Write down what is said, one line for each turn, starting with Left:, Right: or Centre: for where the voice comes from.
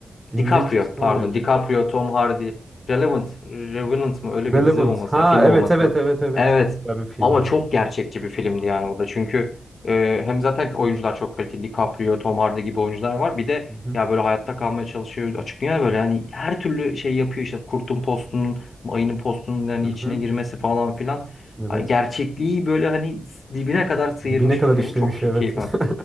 Right: İngilizcesi
Left: DiCaprio
Right: ne
Left: pardon.
Right: oluyor Cü?
Left: DiCaprio, Tom Hardy. Relevant. Revenant mı? Öyle
Right: Relevant.
Left: bir dizi olması.
Right: Ha
Left: Yani film
Right: evet
Left: olması
Right: evet
Left: lazım.
Right: evet evet
Left: Evet.
Right: çok güzel bir film
Left: Ama
Right: o da.
Left: çok gerçekçi bir filmdi yani o da. Çünkü
Right: Hı hı.
Left: e, hem zaten oyuncular çok kaliteli. DiCaprio, Tom Hardy gibi oyuncular var. Bir de
Right: Hı hı.
Left: ya böyle hayatta kalmaya çalışıyor. Açıklıyor ya böyle yani her türlü şey yapıyor işte. Kurtun postunun, ayının postunun yani
Right: Hı
Left: içine
Right: hı.
Left: girmesi falan filan.
Right: Evet.
Left: Hani Gerçekliği böyle hani dibine kadar sıyırmış
Right: Dibine kadar
Left: bir film.
Right: işlemiş
Left: Çok key-
Right: evet.
Left: keyif.
Right: <laughs>